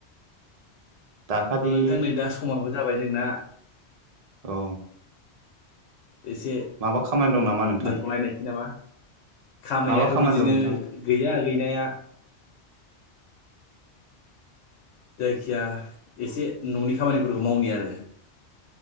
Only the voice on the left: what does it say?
थ' नोंथां नै दा समाबो जाबाय जोंना
एसे
दोनथ'लायनायसै नामा? खामाययाथ'
बिदिनो
गैया गैनाया जायखिया एसे न'नि खामानिफोरखौ मावनि आरो